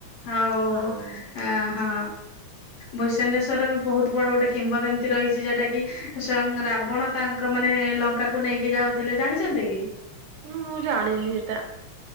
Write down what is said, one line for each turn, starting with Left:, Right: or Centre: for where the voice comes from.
Left: ହାଉ
Right: ହଁ
Left: ଆ ହଁ। ଭୂସେଣ୍ଡେଶ୍ଵର ବି ବୋହୁତ ବଡ ଗୋଟେ କିମ୍ବଦନ୍ତୀ ରହିଛି ଯୋଉଟା କି ସ୍ଵୟଂ ରା ବଣ ତାଙ୍କ ମାନେ ଲଙ୍କାକୁ ନେଇକି ଯାଉଥିଲେ ଜାଣିଛନ୍ତି କି?
Right: ହୁଁ ମୁଁ ଜାଣିନି ହେତା।